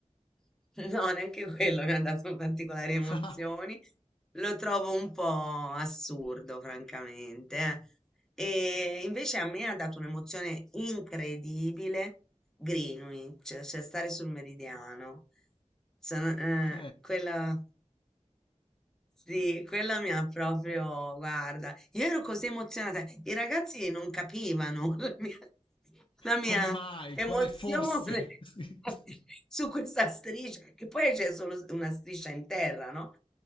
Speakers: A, in the centre; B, on the left.
A: <laughs> No, neanche quello mi ha dato particolari emozioni.
B: <laughs>
A: Lo trovo un po' assurdo, francamente. eh. E invece a me ha dato un'emozione incredibile Greenwich, cioè stare sul meridiano. Sono,
B: ok,
A: eh, quella sì, quella mi ha proprio, guarda, io ero così emozionata, i ragazzi non capivano <laughs> la mia, la mia
B: come mai?
A: emozione
B: Quale fosse? <laughs>
A: <laughs> su questa striscia, che poi c'è solo s- una striscia in terra, no?